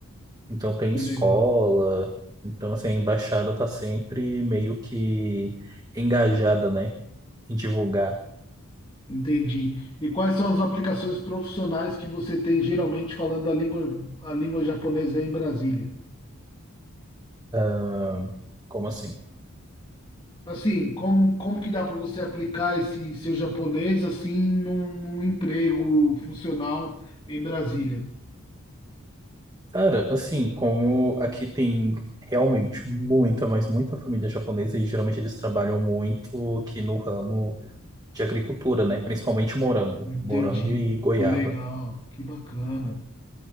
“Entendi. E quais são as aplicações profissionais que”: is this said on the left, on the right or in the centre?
Left